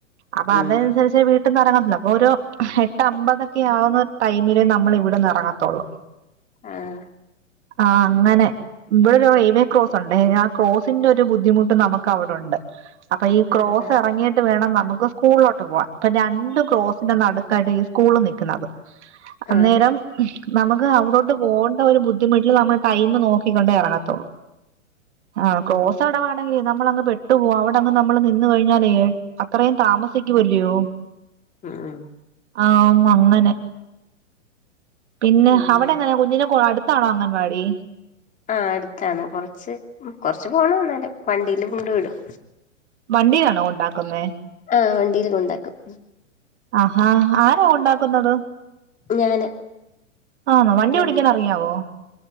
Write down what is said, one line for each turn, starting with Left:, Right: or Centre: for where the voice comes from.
Right: അപ്പൊ
Left: ഉം
Right: അത് അൻസരിച്ച് വീട്ടിന്ന്‌ എറങ്ങ <unintelligible> അപ്പൊ ഒരു എട്ട് അമ്പതൊക്കെ ആവുന്ന ടൈം അമ്മള് ഇവിടെന്ന് എറങ്ങത്തൊള്ളൂ
Left: ആഹ്
Right: ആഹ് അങ്ങനെ ഇ <unintelligible> ഒരു റെയിൽ വേ ക്രോസ് ഉണ്ടേ ആ ക്രോസിന്റെ ഒരു ബുദ്ധിമുട്ട് നമുക്ക് അവിടൊണ്ട് അപ്പൊ ഈ ക്രോസ്
Left: ആഹ് ആഹ്
Right: എറങ്ങിട്ട് വേണം ന നമുക്ക് സ്കൂളിലോട്ട് പോവാ അപ്പൊ രണ്ട് ക്രോസിന്റെ നടുക്കായിട്ട് ഈ സ്കൂളും നിക്ക്ന്നത് അന്നേരം
Left: ആഹ്
Right: നമുക്ക് അവിടോട്ട് പോണ്ട ഒരു ബുദ്ധിമുട്ടില് നമ്മൾ ടൈം നോക്കിക്കൊണ്ടേ എറങ്ങത്തൊള്ളൂ ആഹ് ക്രോസ് അവിട നമ്മളങ്ങ് പെട്ടു പോവാ അവിടങ്ങ് നമ്മള് നിന്ന് കഴിഞ്ഞാലേ അത്രയും താമസിക്കുവല്ലയോ
Left: ഉം
Right: ആഹ് അങ്ങനെ പിന്നെ
Left: ഉം
Right: അവിടെ എങ്ങനാ കുഞ്ഞിനെ കൊ അടുത്താണോ അംഗൻവാടി
Left: ആഹ് അടുത്താണ് കൊറച്ച് കൊറച്ചു പോണം എന്നാലും വണ്ടീല് കൊണ്ടു വിടും
Right: വണ്ടിയിലാണോ കൊണ്ടാക്കുന്നേ
Left: ആഹ് വണ്ടിയില് കൊണ്ടാക്കും
Right: ആഹാ ആരാ കൊണ്ടാക്കുന്നത്
Left: ഞാന്
Right: ആന്നോ വണ്ടി ഓടിക്കാൻ
Left: അതെ
Right: അറിയാവോ